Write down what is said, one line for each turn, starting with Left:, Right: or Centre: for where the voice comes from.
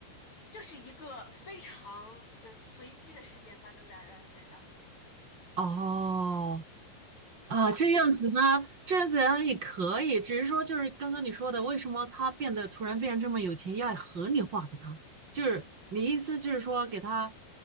Left: 就是一个非常呃随机的事件发生在他的身上，
Right: 哦，啊，这样子呢，这样子呢也可以，只是说就是刚刚你说的，为什么他变得突然变得这么有钱，要合理化给他，就是你意思就是说给他，